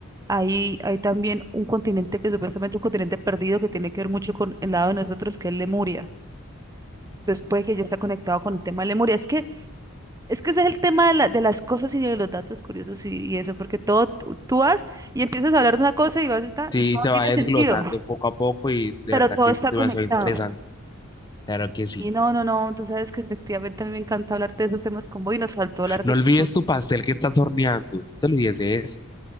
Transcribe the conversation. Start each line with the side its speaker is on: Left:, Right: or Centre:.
Right: hay, hay también un continente que supuestamente un continente perdido que tiene que ver mucho con el lado de nosotros, que es Lemuria. Entonces puede que ya está conectado con el tema de Lemuria. Es que, es que ese es el tema de, la- de las cosas y de los datos curiosos y, y eso, porque todo, tú, tú vas y empiezas a hablar de una cosa y vas y, ta,
Left: sí,
Right: y todo
Left: se va
Right: tiene
Left: desglosando
Right: sentido,
Left: poco a poco y de
Right: pero
Left: verdad
Right: Eh, todo
Left: que
Right: está
Left: es demasiado
Right: conectado.
Left: interesante. Claro que sí.
Right: Y no, no, no, tú sabes que efectivamente a mí me encanta hablar de esos temas con vos y nos faltó hablar de...
Left: No olvides
Right: <laughs>
Left: tu pastel que estás horneando, no te olvides de eso.